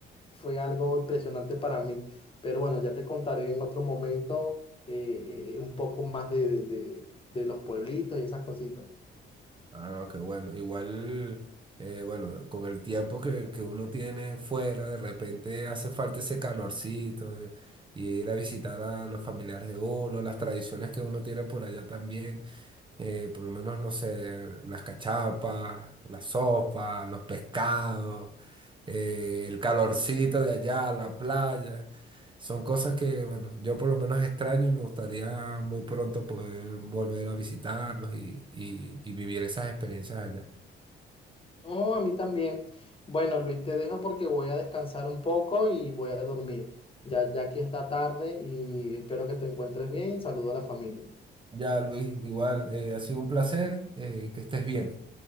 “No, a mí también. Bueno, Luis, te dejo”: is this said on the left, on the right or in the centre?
Left